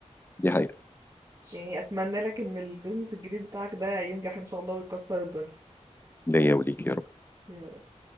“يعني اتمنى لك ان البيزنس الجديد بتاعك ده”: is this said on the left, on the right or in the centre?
Right